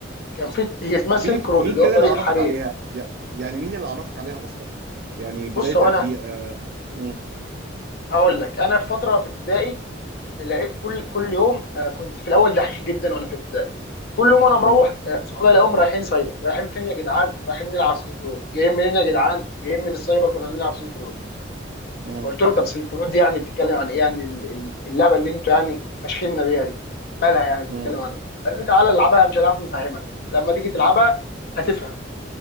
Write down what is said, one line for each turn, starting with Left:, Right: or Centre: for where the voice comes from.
Left: كان في هي اسمها
Right: طب
Left: سيلك
Right: مين
Left: رود
Right: مين
Left: اللي
Right: كان
Left: هو طريق
Right: اللي عرفك
Left: الحرير
Right: عليها يع- يعني مين اللي عرفك عليها اصلا يعني بدايتك
Left: بص هو انا
Right: بيه امم
Left: هقول لك انا في فتره في ابتدائي لقيت كل كل يوم آه، كنت في الاول دحيح جدا وانا في ابتدائي كل يوم انا
Right: امم
Left: مروح آه، صحابي الاقيهم رايحين سايبر رايحين فين يا جدعان رايحين نلعب سلك رود جايين منين يا جدعان جايين من السايبر كنا بنلعب سلك رود
Right: امم
Left: فقلت لهم طب سلك رود دي يعني بتتكلم عن ايه يعني ال- ال- اللعبه اللي انتوا يعني فاشخيننا بيها دي مالها يعني بتتكلم
Right: امم
Left: عن ايه قال لي تعالى العبها مش هنعرف نفهمك لما تيجي تلعبها هتفهم